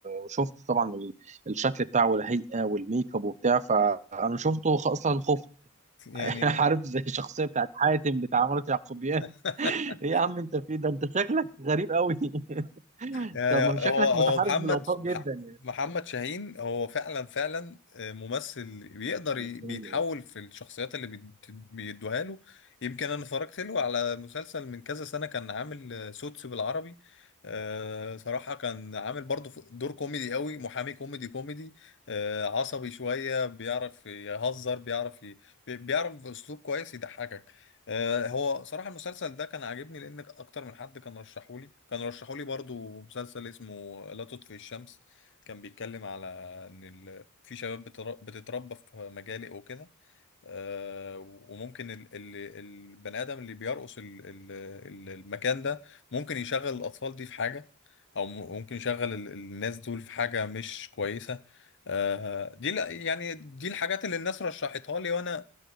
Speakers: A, on the right (about 30°); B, on the left (about 55°).
A: وشفت طبعا ال- الشكل بتاعه والهيئه والميك اب وبتاع فانا شفته خ- اصلا خفت
B: يعني
A: <laughs> عارف زي الشخصيه بتاعت حاتم بتاع عمارة يعقوبيان
B: <laughs>
A: <laughs> ايه يا عم انت في ده انت شكلك غريب قوي <laughs>
B: يعني
A: طب ما شكلك
B: هو هو
A: متحرش
B: محمد
A: بالاثار جدا يعني
B: محمد شاهين هو فعلا فعلا آه، ممثل بيقدر ي-
A: مش
B: بيتحول
A: فاهم أوي.
B: في الشخصيات اللي بيت- بيدوها له يمكن انا اتفرجت له على مسلسل من كذا سنة كان عامل سوتس بالعربي آه، صراحة كان عامل برضه ف- دور كوميدي قوي محامي كوميدي كوميدي آه، عصبي شوية بيعرف يهزر بيعرف ي... بي- بيعرف بأسلوب كويس يضحكك آه، هو صراحة المسلسل ده كان عاجبني لأن أكتر من حد كان رشحولي كان رشحولي برضو مسلسل اسمه لا تطفئ الشمس كان بيتكلم على إن ال... في شباب بتر- بتتربى في مجالي وكده آه، وممكن ال... ال... البني آدم اللي بيرقص ال... ال... ال- المكان ده ممكن يشغل الأطفال دي في حاجة أو م- ممكن يشغل ال... الناس دول في حاجة مش كويسة آه، دي لا- يعني دي الحاجات اللي الناس رشحتها لي وانا